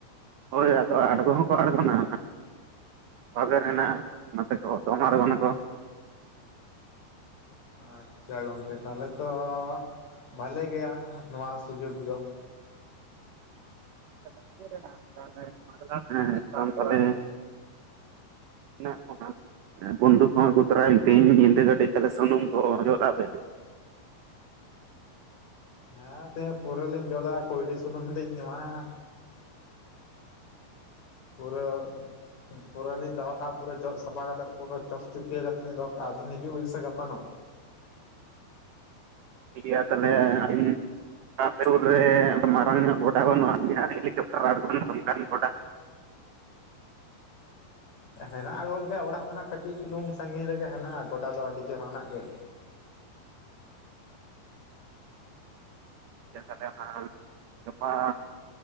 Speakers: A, on the right (about 75°); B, on the left (about 40°).
A: ᱦᱳᱭ ᱟᱫᱚ ᱟᱲᱜᱚ ᱦᱚᱸᱠᱚ ᱟᱲᱜᱚᱱᱟ᱾ ᱵᱟᱵᱮᱨ ᱦᱮᱱᱟᱜᱼᱟ ᱚᱱᱟᱛᱮ ᱠᱚ ᱫᱚᱱ ᱟᱬᱜᱚᱱᱟᱠᱚ᱾
B: ᱟᱪᱪᱷᱟ ᱜᱚᱝᱠᱮ ᱛᱟᱦᱚᱞᱮ ᱛᱚ ᱵᱷᱟᱞᱮ ᱜᱮᱭᱟ ᱱᱚᱣᱟ ᱥᱩᱡᱩᱜ ᱫᱚ᱾
A: <inaudible> ᱚᱱᱮ ᱚᱱᱟ ᱵᱚᱱᱫᱩᱠ ᱦᱚ ᱟᱜᱩ ᱛᱚᱨᱟᱭ ᱵᱤᱱ ᱛᱮᱦᱮᱧ ᱧᱤᱫᱟᱹ ᱠᱟᱴᱤᱡ ᱛᱟᱦᱚᱞᱮ ᱥᱩᱱᱩᱢ ᱠᱚ ᱡᱚᱫᱟᱜᱵᱮᱱ᱾
B: ᱦᱮᱸ ᱛᱮᱦᱮᱧ ᱯᱩᱨᱟᱹ ᱞᱤᱧ ᱡᱚᱫᱟᱜ-ᱟ ᱠᱩᱭᱰᱤ ᱥᱩᱱᱩᱢ ᱞᱤᱧ ᱮᱢᱟᱜ-ᱟ᱾ ᱯᱩᱨᱟᱹ ᱯᱩᱨᱟᱹ ᱞᱤᱧ ᱫᱚᱦᱚ ᱠᱟᱜᱼᱟ ᱯᱩᱨᱟᱹ ᱡᱚᱜ ᱥᱟᱯᱷᱟ ᱠᱟᱛᱮᱜ ᱯᱩᱨᱟᱹ ᱪᱚᱠᱪᱩᱠᱤᱭᱟᱹ ᱠᱟᱛᱮᱫ ᱞᱤᱧ ᱫᱚᱦᱚ ᱠᱟᱜᱼᱟ ᱟᱵᱤᱱ ᱦᱤᱡᱩᱜ ᱵᱤᱱ ᱥᱮ ᱜᱟᱯᱟ ᱱᱚᱜ᱾
A: ᱴᱷᱤᱠ ᱜᱮᱭᱟ ᱛᱟᱦᱚᱞᱮ ᱟᱹᱵᱤᱱ ᱟᱯᱮ ᱥᱩᱨ ᱨᱮ ᱢᱟᱨᱟᱝ ᱧᱚᱜ ᱜᱚᱰᱟ ᱵᱟᱹᱱᱩᱜᱼᱟ ᱦᱮᱞᱤᱠᱮᱯᱴᱟᱨ ᱟᱬᱜᱚᱱ ᱚᱱᱠᱟᱱ ᱜᱚᱰᱟ᱾
B: ᱦᱮᱱᱟᱜᱼᱟ ᱜᱚᱝᱠᱮ ᱚᱲᱟᱜ ᱠᱷᱚᱱᱟᱜ ᱠᱟᱹᱴᱤᱡ ᱪᱩᱞᱩᱝ ᱥᱟᱺᱜᱤᱧ ᱨᱮᱜᱮ ᱦᱮᱱᱟᱜᱼᱟ ᱜᱚᱰᱟ ᱫᱚ ᱟᱹᱰᱤ ᱪᱮᱦᱨᱟᱱᱟᱜ ᱜᱮ᱾
A: ᱟᱪᱪᱷᱟ ᱛᱟᱦᱞᱮ ᱦᱟᱜ ᱜᱟᱯᱟ